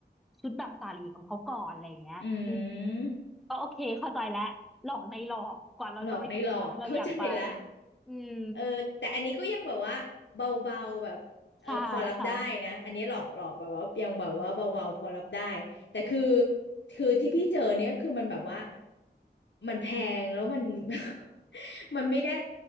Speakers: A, in the centre; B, on the left.
A: ชุดแบบสาลีของเขาก่อนอะไรอย่างเงี้ยอืม
B: อืม
A: ก็โอเคเข้าใจแล้วหลอกในหลอกกว่าเราจะไปถึงสถานที่เราอยากไป
B: หลอกในหลอก เข้าใจละ
A: อืม
B: เออแต่อันนี้ก็ยังแบบว่าเบาๆแบบเออพอรับได้นะอันนี้หลอกหลอกแบบว่ายังแบบว่าเบาๆพอรับได้
A: ใช่ค่ะ
B: แต่คือคือที่พี่เจอเนี่ยคือมันแบบว่ามันแพงแล้วมัน <laughs> มันไม่ได้